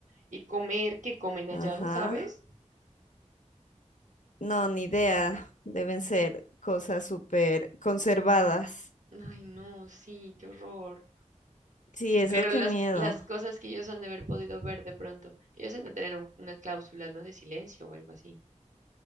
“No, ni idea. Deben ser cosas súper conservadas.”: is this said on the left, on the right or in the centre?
Left